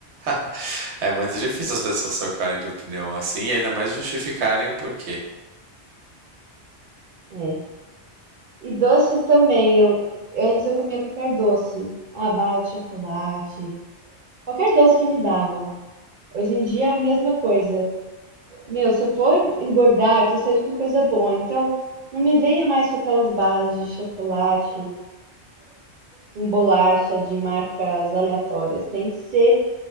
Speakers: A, on the right; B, on the right.
A: <laughs> é muito difícil as pessoas trocarem de opinião assim e ainda mais justificarem o porquê.
B: É. E doces também, eu antes eu comia qualquer doce, abate, chocolate, qualquer doce que me davam. Hoje em dia é a mesma coisa. Meu, se eu for engordar, que seja com coisa boa. Então, não me venha mais com aquelas barras de chocolate, com bolacha de marcas aleatórias. Tem que ser